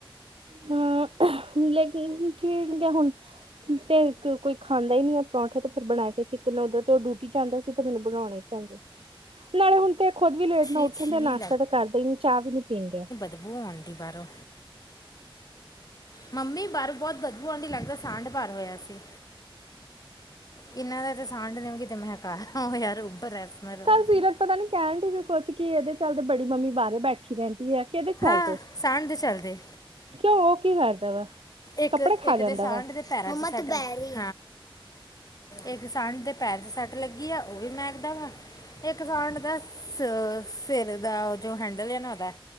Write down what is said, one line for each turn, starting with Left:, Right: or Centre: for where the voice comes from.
Right: ਹਾਂ ਲੇਕ ਠੀਕ ਆ ਹੁਣ ਤੇ ਕੋਈ ਖਾਂਦਾ ਹੀ ਨਹੀਂੀ ਪਰੌਂਠੇ ਤੇ ਫਿਰਰ ਬਣਾ ਕੇ ਖਕ ਉ ਤੋਂ ਠੀਕ ਚੱਲਦਾ ਸੀ ਤੇ ਮੈਨੂੰ ਬਣਾਉਣੇ ਹੀ ਪੈਂਦੇ ਸੀ ਨਾਲੇ ਹੁਣ ਤੇ ਖੁਦ ਵੀ ਲੇਟ
Left: ਛੀ
Right: ਨਾਲ ਉੱਠਣ
Left: ਛੀ
Right: ਡਿਆ ਨਾਸ਼ਤਾ ਤਾਂ ਕਰਦੇਨ ਚਾਹ ਵੀ ਨੀ ਪੀਣ ਡਿਆ
Left: ਬੂਆ ਆਂਦੀ ਬਾਰੋ ਮੰਮੀ ਬਾਹਰ ਬਹੁਤ ਬਦਬੂ ਆਂਢੀ ਲੱਗਦਾ ਸਾਂਡ ਭਰ ਹੋਇਆ ਸੀ ਇਹਨਾਂ ਦਾ ਤੇ ਸਾਂਡ ਦਿਓ ਕਿਤੇ ਮੈਂਹਕਾ ਹੋਆ ਰੂਮ ਫਰੇਸ਼ਨਰ ਵਰਗੀ
Right: ਕੱਲ ਸੀਰਤ ਪਤਾ ਨੀ ਕਹਿਣ ਡ ਸੀ ਕੁਛ ਕਿ ਇਹਦੇ ਚੱਲਦੇ ਬੜੀ ਮੰਮੀ ਬਾਹਰ ਬੈਠੀ ਰਹਿੰਦੀ ਹੈ ਕਿਹਦੇ ਚਲਦੇ
Left: ਹਾਂ ਸਾਂਣ ਦੇ ਚਲਦੇ
Right: ਕਿਉਂ ਉਹ ਕੀ ਕਰਦਾ ਵਾ
Left: ਇੱਕ
Right: ਕੱਪੜੇ
Left: ਇੱਕ
Right: ਖਾ ਜਾਂਦਾ
Left: ਦੇ ਸਾਂਡ
Right: ਵਾ
Left: ਦੇ ਮੰਮਾ ਦੋਪਹਰੀ ਇੱਕ ਸਾਂਢ ਦੇ ਪੈਰ ਚ ਸੱਟ ਲੱਗੀ ਆ ਉਹ ਵੀ ਮਹਕਦਾ ਵਾ ਇਹ ਸਾਡ ਦਾ ਸ ਸਿਰ ਦਾ ਜੋ ਹੈਂਡਲ ਹੈ ਨਾ ਉਹਦਾ